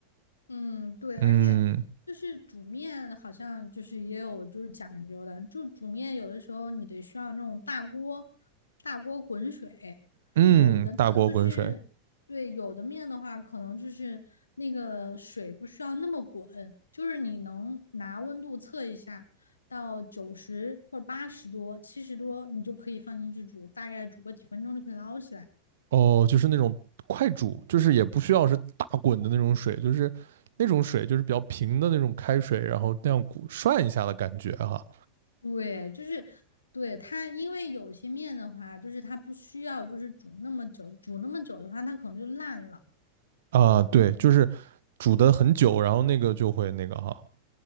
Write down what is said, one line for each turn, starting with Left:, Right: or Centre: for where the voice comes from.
Left: 嗯，对，
Right: 嗯。
Left: 而且就是煮面，好像就是也有就是讲究的，就煮面有的时候你得需要那种大锅，大锅滚水，
Right: 嗯，
Left: 有的呢就是对，
Right: 大锅滚水
Left: 有的面的话，可能就是那个水不需要那么滚，就是你能拿温度测一下，到九十或者八十多、七十多，你就可以放进去煮，大概煮个几分钟就可以捞起来。
Right: 哦，就是那种快煮，就是也不需要是大滚的那种水，就是那种水就是比较平的那种开水，然后那样鼓涮一下的感觉哈。
Left: 对，就是对它，因为有些面的话，就是它不需要就是煮那么久，煮那么久的话，它可能就烂了。
Right: 啊，对，就是煮的很久，然后那个就会那个哈。